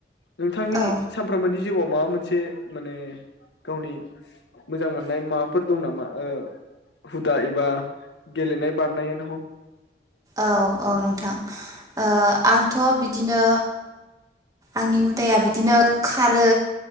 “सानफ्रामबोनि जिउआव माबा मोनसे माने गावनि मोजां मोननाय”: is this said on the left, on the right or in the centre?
Left